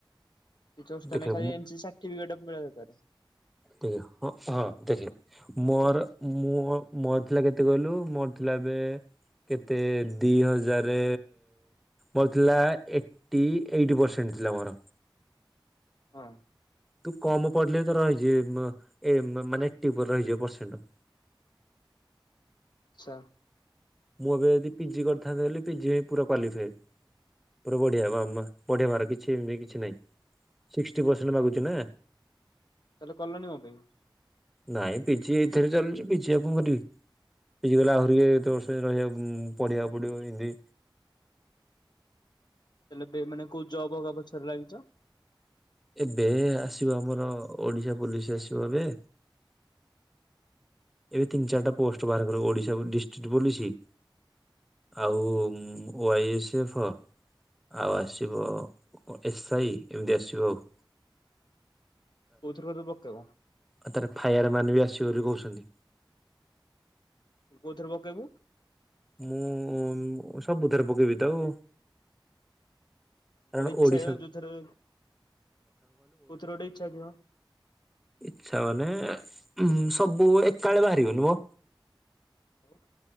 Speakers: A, on the left; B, in the centre.
A: କିଛି ଅସୁବିଧା
B: ଦେଖେ
A: ନାହିଁ। ଖାଲି ଏନ୍ସି ସାର୍ଟିଫିକେଟ୍ ଥିବାଟା ଦର୍କାର।
B: ଟିକେ ହଁ ହଁ ଦେଖେ। ମୋର ମୋ-ମୋର ଥିଲା କେତେ କହିଲୁ, ମୋର ଥିଲା ଏବେ କେତେ ଦି ହଜାର ମୋର ଥିଲା ଏଇଟି ଏଇଟ୍ ପର୍ସେଣ୍ଟ ଥିଲା ମୋର।
A: ହଁ।
B: ତୁ କମ୍ ପଢିଲେ ତ ରହିଯିବ। ଏ ମାନେ ଏଇଟି ବଦଳିଯିବ ପରସେଣ୍ଟ।
A: ସାର୍।
B: ମୁଁ ଏବେ ଯଦି ପିଜି କରିଥାନ୍ତେ, ବୋଲି ପିଜି ପୁରା କ୍ୱାଲିଫାଏ। ପୁରା ବଢିଆ ବା ବଢେଇବାର କିଛି ବି କିଛି ନାଇଁ। ସିକ୍ଟି ପରସେଣ୍ଟ୍ ମାଗୁଛି ନା।
A: ତା ହେଲେ କଲନି କଣ ପାଇଁ?
B: ନାଇଁ ପିଜି ଏଇଥିରେ ଚାଲିଛି। ପିଜି ଆଉ କଣ କରିବି? ପିଜି କଲେ ଆହୁରି କେତେ ବର୍ଷ। ରହିବା ପଢିବାକୁ ପଡିବ ସେଠି।
A: ତା ହେଲେ ଏବେ ମାନେ କୋଉ ଜବ୍ ହେଇକା ପଛରେ ଲାଗିଚ।
B: ଏବେ ଆସିବ ଆମର, ଓଡିଶା ପୋଲିସ ଆସିବ ଏବେ। ଏବେ ତିନି ଚାରିଟା ପୋଷ୍ଟ ବାହାର କରିବ। ଓଡିଶା ଡିଷ୍ଟ୍ରିକ୍ଟ ପୋଲିସି, ଆଉ ଓ ଆଇ ଏସ୍ ଏଫ୍ ଆଉ ଆସିବ ଏସ୍ ଆଇ। ଏମିତି ଆସିବ ଆଉ।
A: କୋଉଥରେ କୋଥେରେ ପକେଇବ।
B: ଆଉ ତାର ଫାୟାର ମ୍ୟାନ୍ ବି ଆସିବ ବୋଲି କହୁଛନ୍ତି।
A: ତୁ କୋଉଥିରେ ପକେଇବୁ।
B: ମୁଁ ସବୁଥରେ ପକେଇବି ତ ଆଉ। <inaudible>
A: ତାହେଲେ ଇଚ୍ଛା ଯୋଉଥିରେ କୋଉଥିରେ ଗୋଟେ ଇଚ୍ଛା ଥିବ।
B: ଇଚ୍ଛା ମାନେ ଉଁ ସବୁ ଏକାଳେ ବାହାରିବନିମ।
A: ହଉ।